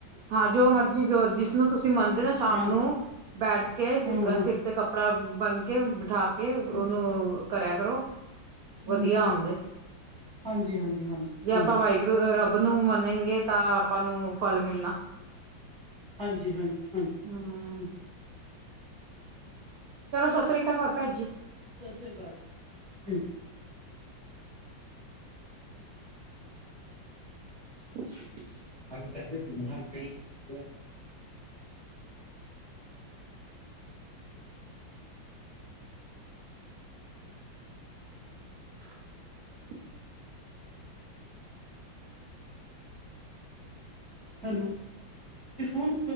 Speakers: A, on the right; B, in the centre.
A: ਹਾਂ, ਜੋ ਮਰਜੀ ਜੋ ਜਿਸਨੂੰ ਤੁਸੀਂ ਮੰਨਦੇ ਨਾ ਸ਼ਾਮ
B: ਹਾਂਜੀ
A: ਨੂੰ। ਬੈਠ ਕੇ
B: ਹਾਂ ਹਾਂ
A: ਸਿਰ ਤੇ ਕੱਪੜਾ ਬੰਨ ਕੇ, ਬਿਠਾ ਕੇ ਉਹਨੂੰ
B: ਹਮ
A: ਕਰਿਆ ਕਰੋ।
B: ਹਮ
A: ਵਧੀਆ
B: ਹਮ
A: ਆਉਂਦੇ।
B: ਹਾਂਜੀ ਹਾਂਜੀ ਹਾਂਜੀ
A: ਜੇ
B: ਹਾਂਜੀ
A: ਆਪਾਂ ਵਾਹਿਗੁਰੂ ਰੱਬ ਨੂੰ ਮੰਨਗੇ ਤਾਂ ਆਪਾਂ ਨੂੰ ਫਲ ਮਿਲਣਾ।
B: ਹਾਂਜੀ-ਹਾਂਜੀ, ਹਾਂਜੀ।
A: ਹਮ ਚਲੋ, ਸਤਿ ਸ੍ਰੀ ਅਕਾਲ ਭਾ- ਭੈਣ ਜੀ।
B: ਸਤਿ ਸ੍ਰੀ ਅਕਾਲ ਜੀ।
A: <unintelligible>
B: ਅੰ ਬਿਮਾਰ ਪੈਸ ਪਾ ਗ ਹੈ <inaudible>
A: <unintelligible>
B: ਹੈਲੋ! ਇਹ ਫੋਨ